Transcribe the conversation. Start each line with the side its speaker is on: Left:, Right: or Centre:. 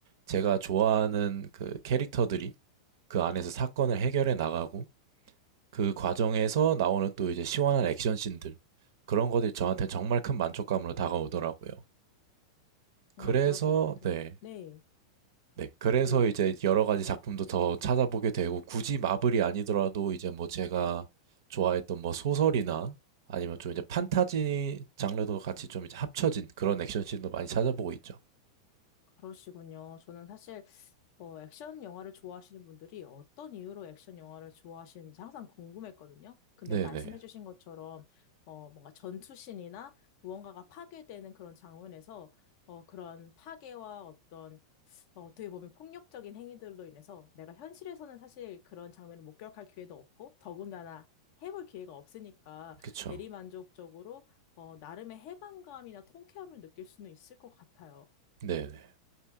Right: 제가 좋아하는 그 캐릭터들이 그 안에서 사건을 해결해 나가고 그 과정에서 나오는 또 이제 시원한 액션 씬들 그런 것들이 저한테 정말 큰 만족감으로 다가오더라고요. 그래서
Left: 정말 그럴 것 같아.
Right: 네.
Left: 네.
Right: 네. 그래서
Left: 그,
Right: 이제 여러 가지 작품도 더 찾아보게 되고 굳이 마블이 아니더라도 이제 뭐 제가 좋아했던 뭐 소설이나 아니면 좀 이제 판타지 장르도 같이 좀 이제 합쳐진 그런 액션 씬도 많이 찾아보고 있죠.
Left: 그러시군요. 저는 사실 어, 액션 영화를 좋아하시는 분들이 어떤 이유로 액션 영화를 좋아하시는지 항상 궁금했거든요. 근데
Right: 네네.
Left: 말씀해주신 것처럼 어, 뭔가 전투신이나 무언가가 파괴되는 그런 장면에서 어, 그런 파괴와 어떤 어, 어떻게 보면 폭력적인 행위들로 인해서 내가 현실에서는 사실 그런 장면을 목격할 기회도 없고 더군다나 해볼 기회가 없으니까
Right: 그쵸.
Left: 대리만족적으로 어, 나름의 해방감이나 통쾌함을 느낄 수는 있을 것 같아요.
Right: 네네.